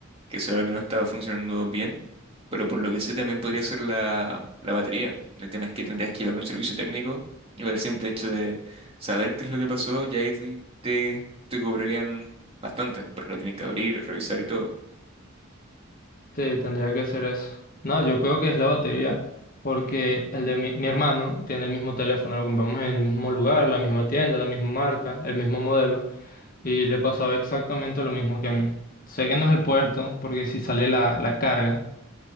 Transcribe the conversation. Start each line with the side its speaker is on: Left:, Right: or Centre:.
Right: que se ve que no estaba funcionando bien, pero por lo que sé también podría ser la, la batería. El tema es que tendrías que llevarlo a un servicio técnico y por el simple hecho de saber qué es lo que pasó ya ahí te, te, te cobrarían bastante, porque lo tienen que abrir, revisar y todo.
Left: Sí, tendría que ser eso. No, yo creo que es la batería, porque el de mi, mi hermano tiene el mismo teléfono, lo compramos en el mismo lugar, la misma tienda, la misma marca, el mismo modelo, y le pasaba exactamente lo mismo que a mí. Sé que no es el puerto, porque si sale la, la carga,